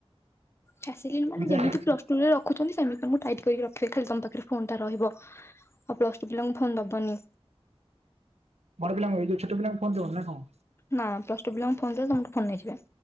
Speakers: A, on the left (about 25°); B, on the right (about 85°).
A: ଫ୍ୟାସିଲିଟି ମାନେ
B: ବିଦ୍ୟାଳୟ
A: ଯେମିତି ପ୍ଲଶ୍ <unintelligible> ରଖୁଛନ୍ତି ସେମତି ତମକୁ ଟାଇଟ କରି ରଖିବ ଖାଲି ତମ ପାଖରେ ଫୋନ ଟା ରହିବ ଆଉ ପ୍ଲସ ଟୁ ପିଲାଙ୍କୁ ଫୋନ ଦବନି।
B: ବଡ ପିଲାଙ୍କୁ ଏଇ ଛୋଟ ପିଲାଙ୍କୁ ଫୋନ୍ ଦେବନି ନା କଣ?
A: ନାଁ ପ୍ଲସ୍ ଟୁ ପିଲାଙ୍କୁ ଫୋନ ଦେବ ତମଠୁ ଫୋନ ନେଇଯିବେ।